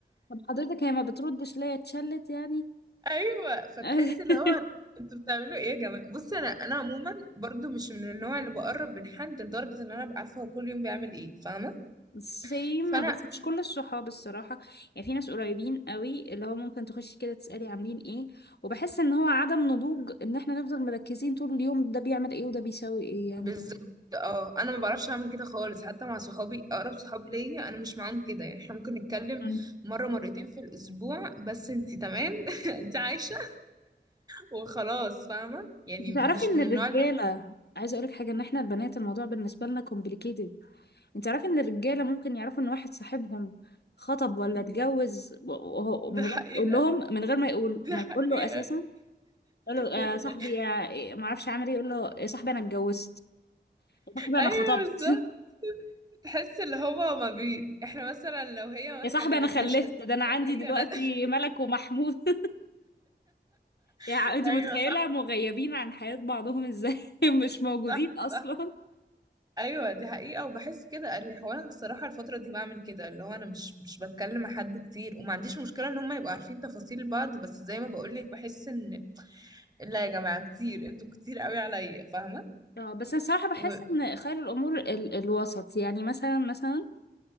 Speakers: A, on the left; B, on the right.
A: طب حضرتك هي ما بتردش ليه اتشلت يعني
B: ايوه فتحس
A: <laughs>
B: اللي هو انتوا بتعملوا ايه يا جماعه بصي انا انا عموما برضو مش من النوع اللي بقرب من حد لدرجه ان انا ابقى عارفه هو كل يوم بيعمل ايه فاهمه
A: سيم
B: فانا
A: بس مش كل الصحاب الصراحة يعني في ناس قريبين قوي اللي هو ممكن تخشي كده تسألي عاملين ايه وبحس ان هو عدم نضوج ان احنا نفضل مركزين طول اليوم ده بيعمل ايه وده بيسوي ايه يعني
B: بالظبط اه انا ما بعرفش اعمل كده خالص حتى مع صحابي اقرب صحاب ليا انا مش معاهم كده يعني احنا ممكن نتكلم
A: مم.
B: مره مرتين في الاسبوع بس انتي تمام <laughs> انتي عايشه وخلاص فاهمه يعني
A: تعرفي
B: مش
A: ان
B: من
A: الرجالة
B: النوع اللي
A: عايزة اقولك حاجة ان احنا البنات الموضوع بالنسبة لنا complicated انت تعرفي ان الرجالة ممكن يعرفوا ان واحد صاحبهم خطب ولا اتجوز وهو-
B: دي
A: من
B: حقيقه
A: غير ما يقول لهم من غير ما يقول
B: دي
A: ما
B: حقيقه
A: يقول له اساسا يقول له يا
B: <laughs>
A: صاحبي يا إيه، ما اعرفش عامل ايه يقول له يا صاحبي انا اتجوزت يا صاحبي
B: ايوه
A: انا خطبت
B: بالظبط تحس اللي هو ما بي احنا مثلا لو هي
A: <laughs>
B: ما
A: يا
B: كلمتنيش
A: صاحبي انا خلفت
B: قالت
A: ده انا
B: لنا
A: عندي
B: ان
A: دلوقتي
B: هي ند...
A: ملك ومحمود <laughs> يعني
B: <laughs>
A: انت
B: ايوه
A: متخيله
B: صح
A: مغيبين عن حياه بعضهم ازاي <laughs> مش موجودين
B: صح
A: اصلا
B: صح ايوه دي حقيقه وبحس كده اريح وانا الصراحه الفتره دي بعمل كده اللي هو انا مش مش بتكلم مع حد كتير وما عنديش مشكله ان هم يبقوا عارفين تفاصيل بعض بس زي ما بقول لك بحس ان لا يا جماعه كتير انتوا كتير قوي عليا فاهمه
A: اه بس انا صراحه بحس
B: و...
A: ان خير الامور ال الوسط يعني مثلا مثلا